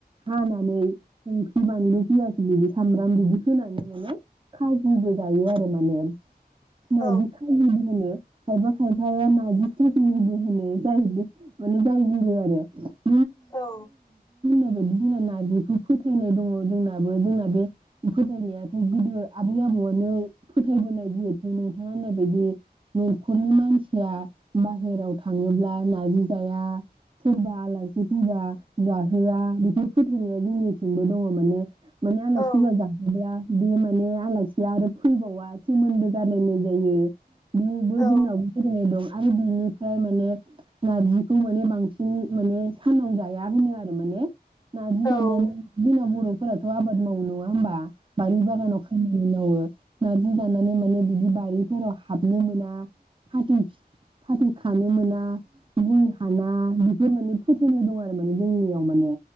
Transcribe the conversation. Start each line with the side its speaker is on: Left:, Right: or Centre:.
Right: हानानै ओं बानलु पियाज लोगोसे सामब्राम बिदि होनानै माने खाजिबो जायो आरो माने <unintelligible>
Left: औ
Right: खायबा खायफाया ना <unintelligible>
Left: औ
Right: बदि जोंना नारजिखौ फोथायनाय दङ जोंनाबो जोंना बे फोथायनायाथ' गोदो आबै आबौआनो फोथायबोनाय जिहेथु नोंथाङा नायबायायदि न'खरनि मानसिया बाहेराव थाङोब्ला ना जाया सोरबा आलाइसि फैबा जाहोआ बेफोर फोथाइनाया जोंनिथिंबो दङ माने मानाने
Left: औ
Right: <unintelligible> बे माने आलासिया आरो फैबावा सोमोन्दो गारलायनाय जायो बो
Left: औ
Right: जोंनावबो फोथाइनाय दं आरो बिनिफ्राय माने नारजिखौ माने बांसिन माने सानाव जाया होनो आरो माने नार्जि
Left: औ ओ
Right: जानानै
Left: नारजिखौ
Right: बि बर'फोराथ'आबाद मावो न'आ होमबा बारि बागानाव खामानि मावो नार्जि दाननानै माने बिदि बारिफोराव हाबनो मोना फाथै-फाथै खानो मोना गय हाना बेफोर माने फोथायनाय दं आरो माने जोंनियाव माने